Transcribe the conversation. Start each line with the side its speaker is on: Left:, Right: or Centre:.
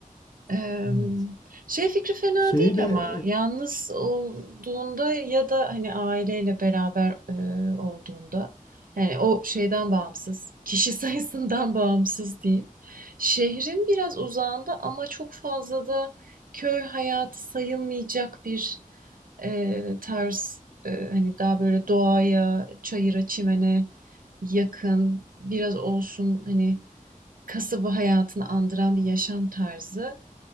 Right: Emm,
Left: Evet.
Right: şey fikri fena
Left: Şeyi
Right: değil
Left: de
Right: ama yalnız olduğunda ya da, hani, aileyle beraber, eee, olduğunda, yani, o şeyden bağımsız, kişi sayısından <laughs> bağımsız diyeyim. Şehrin biraz uzağında ama çok fazla da köy hayatı sayılmayacak bir, eee, tarz, eee, hani, daha böyle doğaya, çayıra, çimene yakın, biraz olsun, hani, kasaba hayatını andıran bir yaşam tarzı